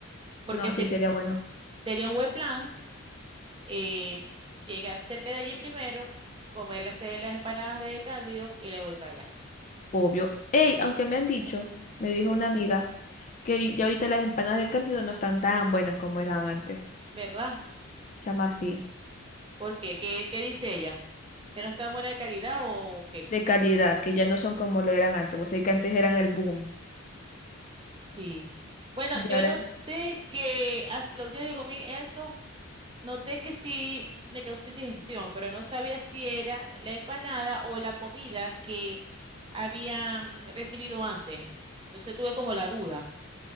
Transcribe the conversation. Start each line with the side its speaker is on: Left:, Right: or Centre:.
Right: porque
Left: No,
Right: se-
Left: sí sería bueno.
Right: sería un buen plan eh, llegar cerca de allí primero, comerles las empanadas de Cándido y luego ir para allá.
Left: Obvio. Ey, aunque me han dicho, me
Right: Ujú.
Left: dijo una amiga, que ya ahorita las empanadas de Cándido no están tan buenas como eran antes.
Right: ¿Verdad?
Left: Se llama así.
Right: Porque, ¿qué, qué qué dice ella? ¿Que no está buena de calidad o qué?
Left: De calidad, que ya no son como lo eran antes. Vos sabés que antes eran el boom.
Right: Sí. Bueno,
Left: Y
Right: yo
Left: ahora.
Right: noté que as- la última vez que comí eso, noté que sí me causó indigestión, pero no sabía si era la empanada o la comida que habían recibido antes. Entonces tuve como la duda.